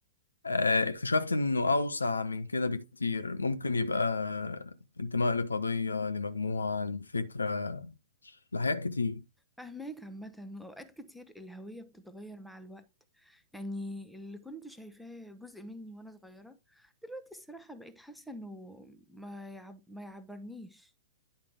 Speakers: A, on the left; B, in the centre.
A: آه، اكتشفت انه اوسع من كده بكتير ممكن يبقى انتماء لقضية لمجموعة لفكرة لحاجات كتير
B: فاهماك عامة وأوقات كتير الهوية بتتغير مع الوقت يعني اللي كنت شايفاه جزء مني وأنا صغيرة دلوقتي الصراحة بقيت حاسة إنه ما يعب ما يعبرنيش